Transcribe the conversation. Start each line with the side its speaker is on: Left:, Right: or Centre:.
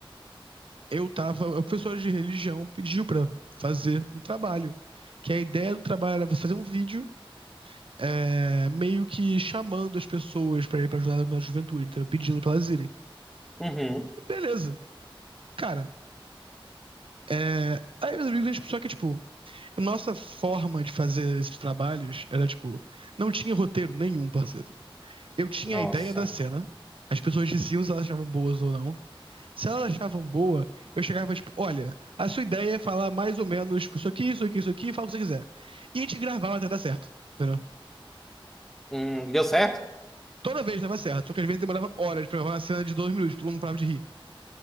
Right: Eu tava, a professora de religião pediu pra fazer um trabalho, que a ideia do trabalho era você fazer um vídeo é, meio que chamando as pessoas pra ir pra ajudar na juventude, então, pedindo pra elas irem.
Centre: Uhum.
Right: Beleza. Cara, é... aí, meus amigos, a gente só que, tipo, a nossa forma de fazer esses trabalhos era, tipo, não tinha roteiro nenhum, parceiro. Eu tinha
Centre: Nossa.
Right: a ideia da cena, as pessoas diziam se elas achavam boas ou não. Se elas achavam boa, eu chegava, tipo, olha, a sua ideia é falar mais ou menos tipo, isso aqui, isso aqui, isso aqui, fala o que você quiser. E a gente gravava até dar certo, entendeu?
Centre: Hum, deu certo?
Right: Toda vez dava certo, só que às vezes demorava horas pra gravar uma cena de dois minutos, todo mundo parava de rir.